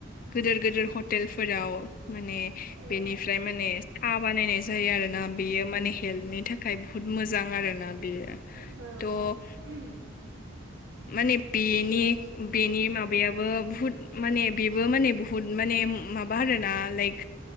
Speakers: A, on the left; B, on the right.
A: गोदोर गोदोर हटेलफोराव माने
B: ओ
A: बेनिफ्राय माने साहा बानायनाय जायो आरो ना। बेयो माने हेल्थनि थाखाय बुहुत मोजां आरोना बेयो थ'
B: औ <unintelligible>
A: माने बेनि
B: औ
A: बेनि माबायाबो बुहुद माने बेबो माने बुहुद माने माबा आरोना लाइक